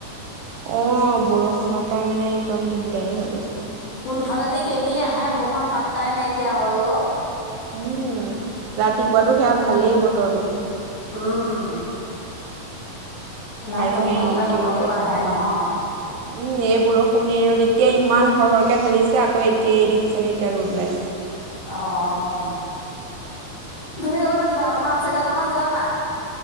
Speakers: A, on the right; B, on the left.
A: অ', বৰষুণৰ পৰা মানে একদম দিগদাৰী হৈ গৈছো।
B: কোনফালেদি কেনি আহে বৰষু পাত্তাই নাইকিয়া হয় অ'।
A: উম, ৰাতিপুৱাতটো সেয়া ভালেই বতৰটো।
B: উম। নান
A: আৰু
B: তৎক্ষণতে
A: হেৰি কি
B: বতৰটো
A: বুলি কয়
B: আহে নহয়।
A: উম, এই বৰষুণ এই ৰ'দ এতিয়া ইমান সৰহৰকে ঢালিছে আকৌ এতিয়া এই দেখিছেনে এতিয়া ৰ'দ ওলাইছে।
B: অ'। তুমি কবালা যোৱা কথা আছিলে নহয় যোৱা না